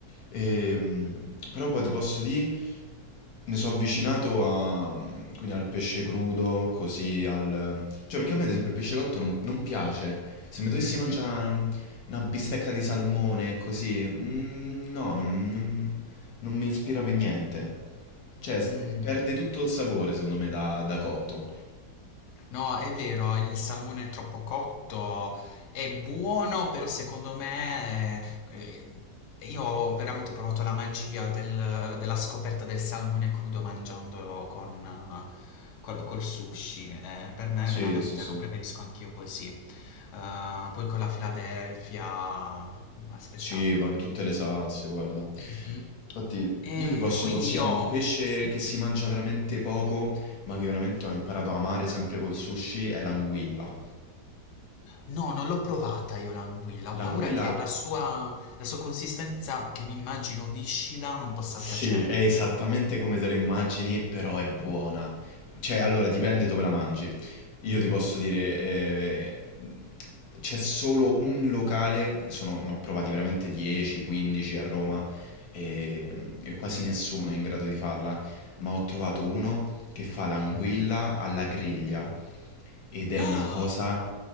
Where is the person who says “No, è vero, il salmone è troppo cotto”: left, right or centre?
Left